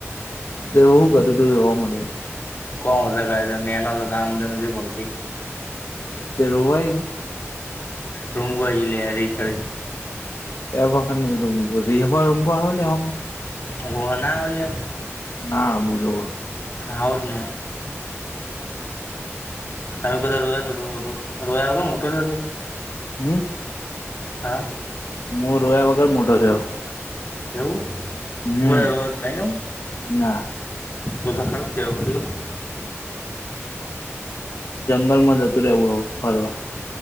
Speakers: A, on the left (about 80°); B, on the left (about 50°).
A: એ તો શું કરી તોું જોવા મળે.
B: કોણ હોતા ક તો નેનો તો અમ નથી પડતી.
A: તે રોવાયું.
B: રુંંગવા જિલ્ લલે અ ર તળ.
A: એવર ખા રૂમ બો જે હમાં રૂમ બ હલી એને
B: ઓ ના હોયયમ.
A: ના બુ જો.
B: હદ ન. તમે કધા રોયા તો રોયાગો મોટો છે.
A: હમ.
B: હા.
A: હું રોયા વગર મોટો થયો.
B: એવું
A: હમ
B: પરા રોજ ન એમ.
A: ના
B: બું તો ખારું કેવા એ.
A: જંગલમાં જતું રહેવું હ ફરવા